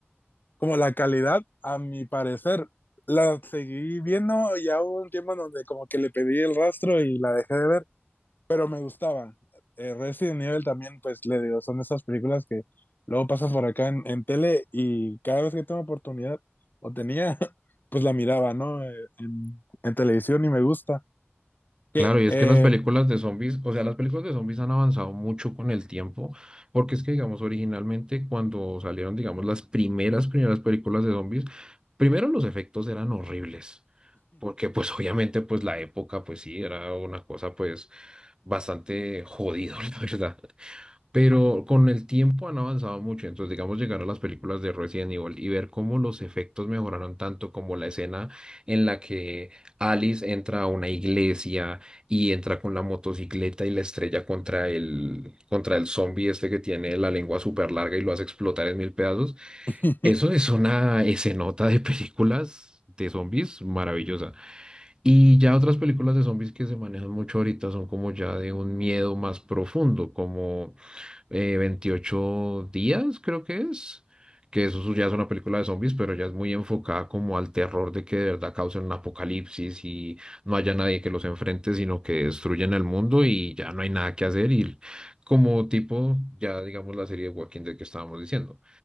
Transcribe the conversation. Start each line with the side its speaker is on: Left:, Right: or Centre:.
Left: como la calidad, a mi parecer. La seguí viendo ya hubo un tiempo en donde como que le pedí el rastro y la dejé de ver, pero me gustaban. Eh, Resident Evil también, pues le digo, son esas películas que luego pasas por acá en, en tele y cada vez que tengo oportunidad o tenía, <laughs> pues la miraba, ¿no? Eh, en, en televisión y me gusta. Que,
Right: Claro, y es
Left: eh...
Right: que las películas de zombies, o sea, las películas de zombies han avanzado mucho con el tiempo, porque es que, digamos, originalmente cuando salieron, digamos, las primeras, primeras películas de zombies, primero los efectos eran horribles, porque pues <laughs> obviamente pues la época pues sí, era una cosa pues bastante jodido <laughs> la verdad. Pero con el tiempo han avanzado mucho, entonces digamos llegar a las películas de Resident Evil y ver cómo los efectos mejoraron tanto como la escena en la que Alice entra a una iglesia y entra con la motocicleta y la estrella contra el, contra el zombie este que tiene la lengua súper larga y lo hace explotar en mil pedazos.
Left: <laughs>
Right: Eso es una escenota de películas. de zombies maravillosa y ya otras películas de zombies que se manejan mucho ahorita son como ya de un miedo más profundo como eh, 28 días, creo que es, que eso ya es una película de zombies, pero ya es muy enfocada como al terror de que de verdad causen un apocalipsis y no haya nadie que los enfrente, sino que destruyen el mundo y ya no hay nada que hacer y como tipo, ya digamos la serie de Walking Dead que estábamos diciendo.